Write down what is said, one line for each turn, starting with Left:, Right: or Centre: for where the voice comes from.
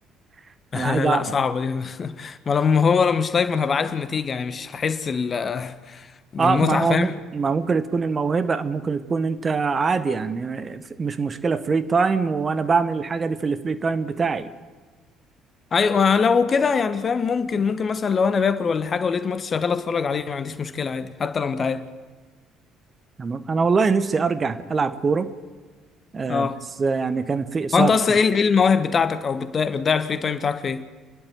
Right: <laughs>
Left: اه
Right: انا عايز اعرف
Left: <laughs> لا صعبه دي <laughs> ما لما هو لو مش لايف ما انا هبقى عارف النتيجه يعني مش هحس ال- بالمتعه
Right: اه ما هو
Left: فاهم
Right: مم- ما ممكن تكون الموهبة ممكن تكون انت عادي يعني مش مشكلة فري تايم وانا بعمل الحاجة دي في الفري تايم بتاعي
Left: ايوه لو كده يعني فاهم ممكن ممكن مثلا لو انا باكل ولا حاجه ولقيت ماتش شغال اتفرج عليه ما عنديش مشكله عادي حتى لو متعاد
Right: تمام انا والله نفسي ارجع العب كورة آه
Left: اه
Right: بس آه، يعني كانت في اصابة
Left: هو انت اصلا ايه ايه المواهب بتاعتك او بتضيع بتضيع الفري تايم بتاعك في ايه